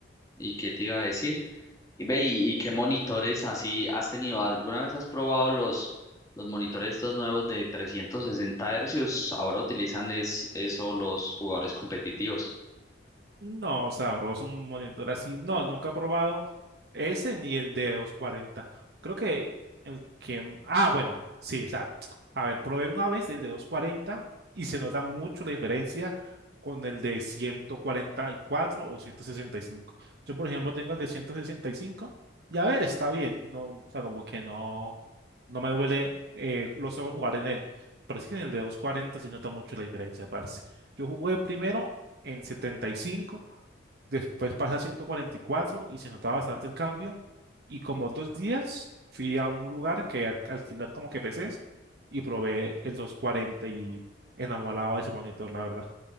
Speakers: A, on the left (about 20°); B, on the right (about 55°).
A: ¿y qué te iba a decir? Y ve, y, y qué monitores así has tenido? ¿Alguna vez has probado los, los monitores estos nuevos de 360 hercios? Ahora utilizan es, eso los jugadores competitivos.
B: No, sabroso, un monitor así. No, nunca he probado ese ni el de 240. Creo que el que... Ah, bueno, sí, o sea, a ver, probé una vez el de 240 y se nota mucho la diferencia con el de 144 o 165. Yo, por ejemplo, tengo el de 165 y cinco y a ver, está bien. No, o sea, como que no, no me duele eh, los ojos jugar en él. Pero es que en el de 240 sí nota mucho la diferencia, parce. Yo jugué primero en setenta y cinco después pasé a ciento cuarenta y cuatro y se notaba bastante el cambio. Y como dos días fui a un lugar que al- alquilan como que PCs y probé el 240 y enamorado de ese monitor, la verdad.